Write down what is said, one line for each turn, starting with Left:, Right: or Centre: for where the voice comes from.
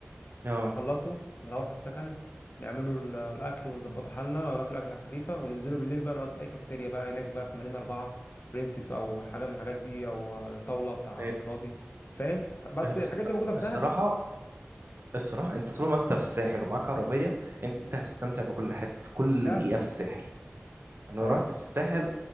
Right: اه
Left: خلصوا نروحوا السكن نعملوا ال- الأكل ونظبطوا حالنا لو ناكلوا أكلة خفيفة وننزلوا بالليل بقى نقعد في أي كافيتيريا بقى هناك بقى في مارينا أربعة برنسيس أو حاجة من الحاجات دي أو آه، طاولة بتاع
Right: إيه،
Left: عمرو راضي فاهم بس
Right: الص-
Left: الحاجات دي موجودة في
Right: الصراحة
Left: دهب
Right: الصراحة انت طالما انت في الساحل ومعاك عربية انت هتستمتع بكل حته في كل
Left: فعلا
Right: دقيقة في الساحل انا
Left: اه
Right: رحت الساحل